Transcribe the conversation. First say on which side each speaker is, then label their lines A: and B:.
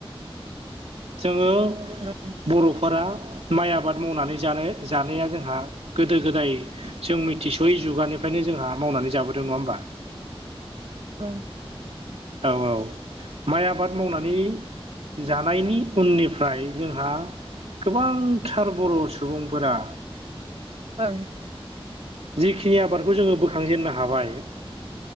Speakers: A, on the right (about 85°); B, on the right (about 70°).
A: जोङो
B: नंगौ
A: बर'फोरा माइ आबाद मावनानै जानो जानाया जोंहा गोदो- गोदाय जों मिथिस'यै जुगानिफ्रायनो जोंहा मावनानै जाबोदों नङा होमबा
B: ओं
A: औ औ माइ आबाद मावनानै जानायनि उननिफ्राय जोंहा गोबांथार बर' सुबुंफोरा
B: औ
A: जिखिनि आबादखौ जोङो बोखांजेननो हाबाय